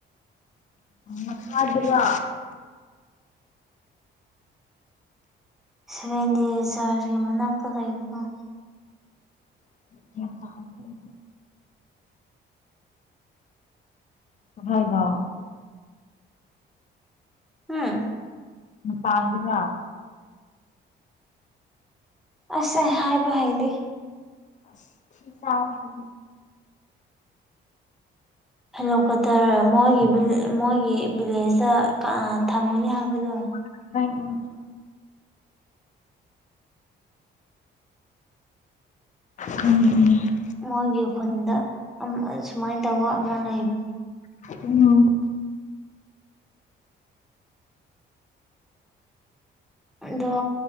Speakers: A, on the left; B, in the centre.
A: ꯃꯈꯥꯗꯨꯔꯣ
B: ꯁꯚꯦꯟꯇꯦꯖ ꯆꯔꯖꯒꯤ ꯃꯅꯥꯛꯇ ꯂꯩꯕꯗꯣ
A: <unintelligible> <unintelligible>
B: ꯍꯨꯝ
A: ꯅꯨꯄꯥꯥꯗꯨꯔꯥ
B: ꯑꯁ ꯑꯩ ꯍꯥꯏꯕ ꯍꯩꯗꯦ
A: <unintelligible>
B: ꯍꯜꯂꯛꯄꯗ ꯃꯣꯏꯒꯤ ꯚꯤꯂꯦ ꯃꯣꯏꯒꯤ ꯚꯤꯂꯦꯖꯇ ꯊꯝꯃꯨꯅꯤ ꯍꯥꯏꯕꯗꯣ
A: <unintelligible> ꯎꯝ ꯎꯝ
B: ꯃꯣꯏꯒꯤ ꯈꯨꯟꯗ ꯁꯨꯃꯥꯏꯅ ꯇꯧꯕ ꯑꯃ ꯂꯩꯕꯅꯤ
A: ꯎ <unintelligible>
B: ꯑꯗꯣ